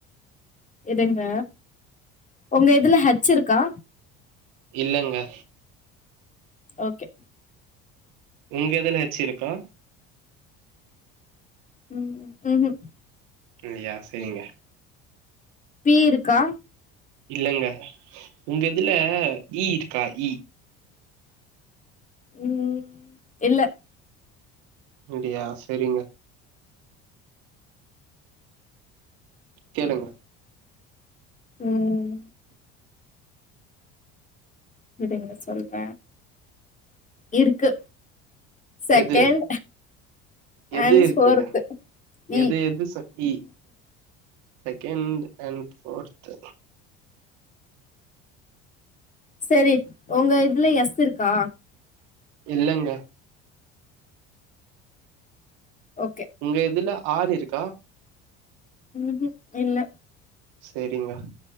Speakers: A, on the left (about 25°); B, on the right (about 75°).
A: இதுங்க உங்க இதுல ஹச் இருக்கா
B: இல்லங்க
A: ஓகே
B: உங்க இதுல ஹச் இருக்கா
A: ம் ம்ஹூம்
B: இல்லயா சேரிங்க
A: பீ இருக்கா
B: இல்லங்க உங்க இதுல இ இருக்கா இ
A: ம் இல்ல
B: அப்டியா சேரிங்க கேளுங்க
A: ம் இருங்க சொல்ற இருக்கு செகண்ட்
B: எது எது
A: அண்ட்
B: இருக்குங்க
A: ஃபோர்த்து
B: எது
A: இ
B: எது செ இ செகண்ட் அண்ட் ஃபோர்த்
A: சரி உங்க இதுல எஸ் இருக்கா
B: இல்லங்க
A: ஓகே
B: உங்க இதுல ஆர் இருக்கா
A: ம்ஹூம் இல்ல
B: சேரிங்க